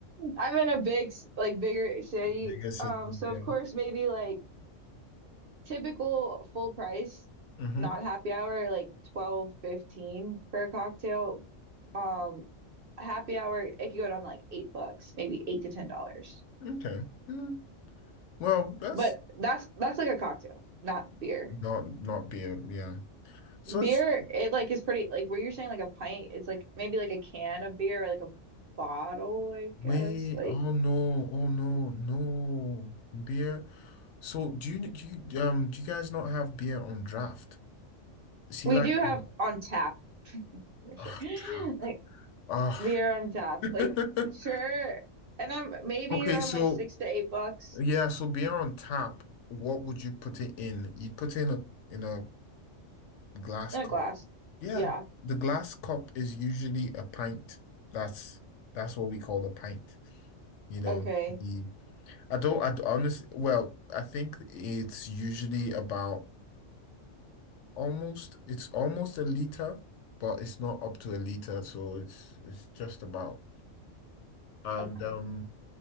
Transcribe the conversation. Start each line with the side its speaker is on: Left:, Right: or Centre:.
Right: I'm in a big s- like bigger city.
Left: Bigger city,
Right: Um, so
Left: yeah.
Right: of course maybe like typical full price,
Left: Mm-hmm.
Right: not happy hour, like 12 15 for a cocktail. Um, happy hour, it could go down to like eight bucks, maybe eight to ten dollars.
Left: Okay. Mm. Well, that's
Right: But that's that's like a cocktail, not beer.
Left: not not beer, yeah. So
Right: Beer,
Left: it's
Right: it like is pretty like what you're saying, like a pint, it's like maybe like a can of beer or like a bottle, I
Left: Wait,
Right: guess. Like
Left: oh no, oh no, no. Beer. So do you do you, um do you guys not have beer on draft? See
Right: we
Left: like
Right: do have
Left: um,
Right: on tap for
Left: oh,
Right: sure. <gasps>
Left: tap.
Right: <laughs> Like
Left: Oh.
Right: beer on tap.
Left: <laughs>
Right: Like sure. And I'm maybe
Left: Okay,
Right: around
Left: so
Right: like six to eight bucks
Left: yeah, so beer on tap, what would you put it in? You put it in a in a glass
Right: in
Left: cup.
Right: a glass.
Left: Yeah.
Right: Yeah.
Left: The glass cup is usually a pint. That's that's what we call a pint. You know,
Right: Okay.
Left: the I don't I honestly well, I think it's usually about almost it's almost a liter, but it's not up to a liter, so it's it's just about. And
Right: A pint.
Left: um,